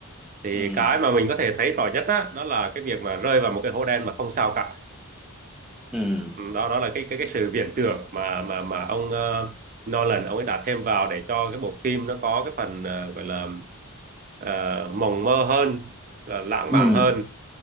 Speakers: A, on the right; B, in the centre.
A: thì
B: ừ
A: cái mà mình có thể thấy rõ nhất á, đó là cái việc mà rơi vào một cái hố đen mà không sao cả
B: ừ
A: Ừ, đó đó là cái cái cái sự viễn tưởng mà mà mà ông ờ, Nolan ông ấy đã thêm vào để cho cái bộ phim nó có cái phần ờ, gọi là ờ, mộng mơ hơn là lãng
B: ừ
A: mạn hơn